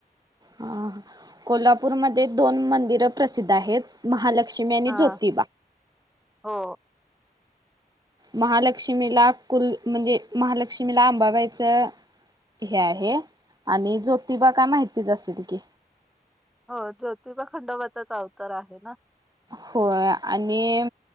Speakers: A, on the right; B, in the centre.
A: हा कोल्हापूरमध्येध दोन मंदिर प्रसिद्ध आहेत महालक्ष्मी लक्ष्मी आणि
B: हा
A: ज्योतिबा
B: हो
A: महालक्ष्मीला कुल म्हणजे महालक्ष्मीला आंबाबाईच. हे आहे आणि जोतिबा काय माहितीच असेल की
B: हो जोतिबा खंडोबाचाच अवतार आहे ना.
A: होय आणि